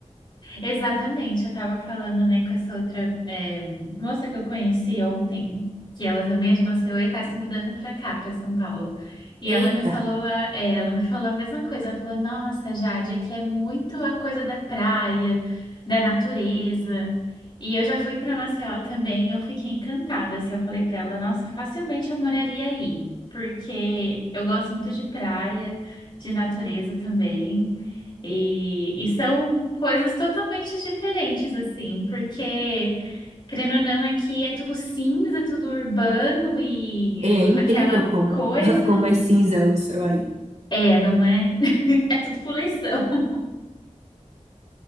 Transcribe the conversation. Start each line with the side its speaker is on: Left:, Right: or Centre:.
Left: Exatamente, eu estava falando, né, com essa outra eh, moça que eu conheci ontem, que ela também é de Maceió e está se mudando para cá, para São Paulo. E ela
Right: Eita,
Left: me falou a, eh, ela me falou a mesma coisa, ela falou, nossa, Jade, aqui é muito a coisa da praia, da natureza. E eu já fui para Maceió também e eu fiquei encantada, assim, eu falei para ela, nossa, facilmente eu moraria aí, porque eu gosto muito de praia, de natureza também. E, e são coisas totalmente diferentes, assim, porque, querendo ou não, aqui é tudo cinza, tudo urbano e
Right: é incrível
Left: aquela
Right: como,
Left: coisa.
Right: <laughs> como é cinza o céu aí.
Left: É, não é? <laughs> É tudo poluição, <laughs>